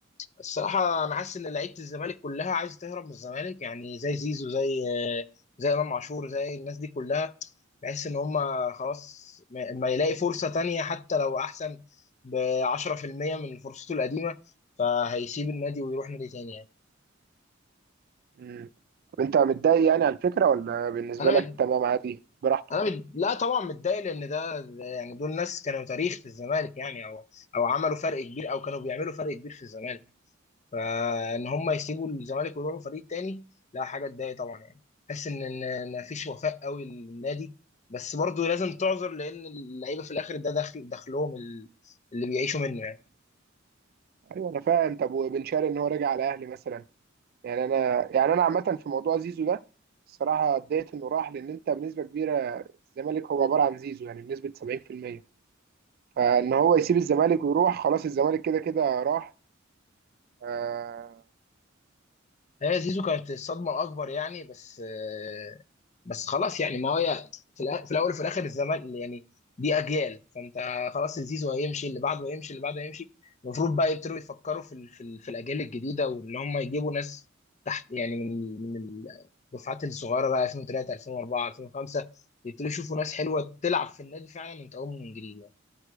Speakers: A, on the left (about 35°); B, on the right (about 50°).
A: الصراحة أنا حاسس إن لعيبة الزمالك كلها عايزة تهرب من الزمالك يعني زي زيزو زي آه، زي إمام عاشور زي الناس دي كلها بحس إن هما خلاص ما ما يلاقي فرصة تانية حتى لو أحسن ب 10% من فرصته القديمة فهيسيب النادي ويروح نادي تاني يعني
B: مم. طب انت متضايق يعني على الفكره ولا بالنسبه
A: أنا
B: لك
A: مد...
B: تمام عادي براحته
A: أنا مد... لا طبعا متضايق لأن ده ده يعني دول ناس كانوا تاريخ في الزمالك يعني أو أو عملوا فرق كبير أو كانوا بيعملوا فرق كبير في الزمالك فان هم يسيبوا الزمالك ويروحوا فريق تاني لا حاجه تضايق طبعا يعني حس ان ان ما فيش وفاء قوي للنادي بس برضه لازم تعذر لان اللعيبه في الاخر ده دخل دخلهم ال- اللي بيعيشوا منه يعني.
B: ايوه انا فاهم طب وبن شرقي ان هو راجع على الاهلي مثلا يعني انا يعني انا عامه في موضوع زيزو ده الصراحه اتضايقت انه راح لان انت بنسبه كبيره الزمالك هو عباره عن زيزو يعني بنسبه 70% فان هو يسيب الزمالك ويروح خلاص الزمالك كده كده راح آه،
A: هي زيزو كانت الصدمة الأكبر يعني بس آه، بس خلاص يعني ما هي في الأ- في الأول وفي الآخر الزمان يعني دي أجيال فأنت خلاص زيزو هيمشي اللي بعده هيمشي اللي بعده هيمشي المفروض بقى يبتدوا يفكروا في ال- في, ال- في الأجيال الجديدة واللي هم يجيبوا ناس تحت يعني من من الدفعات الصغيرة بقى 2003 2004 2005 يبتدوا يشوفوا ناس حلوة تلعب في النادي فعلا وتقوم من جديد يعني